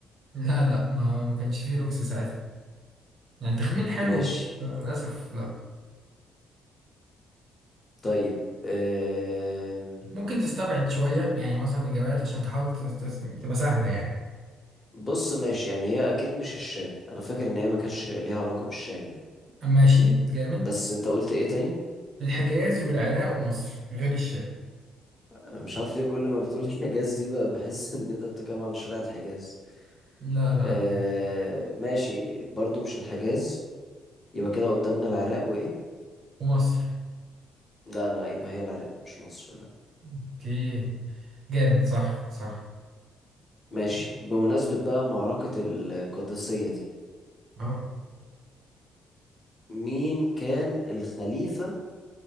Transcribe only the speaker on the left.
ماشي
طيب أم...
بص ماشي يعني هي اكيد مش الشام انا فاكر ان هي ما كانتش ليها علاقة بالشام يعني
بس انت قلت ايه تاني
أنا مش عارف ليه كل ما بتقول <laughs> الحجاز دي بقى بحس ان انت بتتكلم عن شارع الحجاز
أه... ماشي برضو مش الحجاز يبقى كده قدامنا العراق وايه
لا لا يبقى هي العراق مش مصر لا
ماشي بمناسبة بقى معركة القادسية دي
مين كان الخليفة